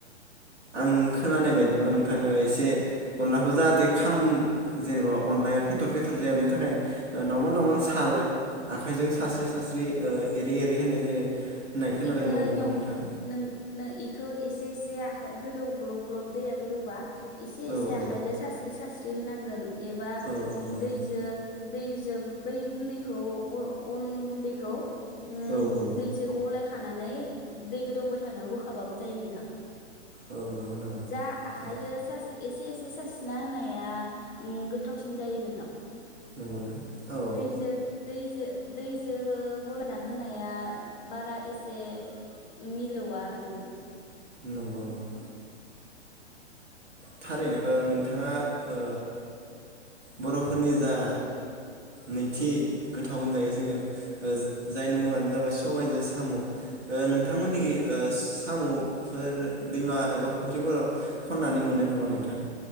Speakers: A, on the right; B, on the left.
A: आं खोनानाय बायदिब्ला नोंथाङ एसे अनलाखौ जाहाथे खाम जेनेबा अनलाया फेथर फेथर जाया बेनि थाखाय नावमोन नावमोन सार आखाइजों सास्रि सास्रि एरै एरै होनाय जायो। होननाय खोनादों
B: इखो
A: नंगौना
B: नियाव
A: नोंथां
B: नो एसे एसे आखा गोदौ ग्लब ग्लब दैया गोदौबा एसे
A: औ
B: एसे आखाइदो
A: औ
B: सास्रि सास्रि दै होनांगोन एबा
A: औ औ नंगौ
B: दैजों दैजों बै गुन्दैखौ अ अन गुन्दैखौ उम
A: औ औ
B: दैजो गलाय खानानै दै गोदौबाय थानायाव होखाबाबो जायो नोंथां।
A: औ नंगौ नामा
B: जा आखाइदो
A: औ
B: सासे एसे एसे सारस्रिना होनाया गोथावसिन जायो नोंथां।
A: नंगौना औ
B: दैजो दैजो दैजो गलायना होनाया बारा एसे। बे मिलौआ नोंथां।
A: नंगौ नंगौ थारैनो ओ नोंथाङा ओ बर'फोरनि जा नैथि गोथाव होनजायो जोङो जायनि मुङानो जाबाय सबायाइजों साम' ओ नोंथांमोननि ओस सामफोर दैमा एबा फुख्रिफोराव। खननानै मोनो। नामा नोंथां?